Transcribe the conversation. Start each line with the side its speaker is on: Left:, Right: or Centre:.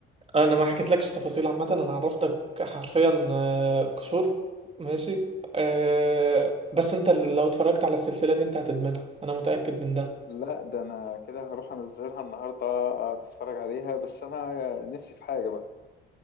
Right: انا ما حكيتلكش تفاصيل عامة انا عرفتك حرفيا آه، قشور ماشي أه بس انت لو اتفرجت على السلسلة دي انت هتدمنها انا متأكد من ده
Left: لا ده انا كده هروح انزلها النهارده اقعد اتفرج عليها بس انا نفسي في حاجه بقى